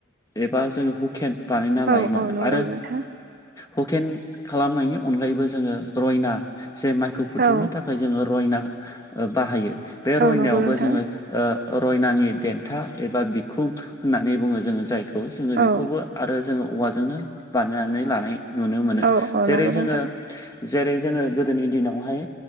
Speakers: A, on the left; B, on the right.
A: एबा जोंङो हुकेन बानायना
B: औ
A: लायोमोन
B: औ नंगौ
A: आरो
B: नोंथां
A: हुकेन खालामनायनि अनगायैबो जोंङो रयना जे माइखौ फुथुमनो
B: औ
A: था खाय जोंङो रयना ओ बाहायो बे
B: औ
A: रयनायावबो
B: नंगौ नोंथां
A: जोंङो ओ रयनानि देन्था एबा बिखुं होननानै बुंङो जोंङो जायखौ जोंङो बेखौबो
B: औ
A: आरो जोंङो औवाजोंनो बानायनानै लानाय नुनो मोनो
B: औ औ
A: जेरै
B: नंगौ
A: जोंङो
B: नोंथां
A: जेरै जोंङो गोदोनि दिनावहाय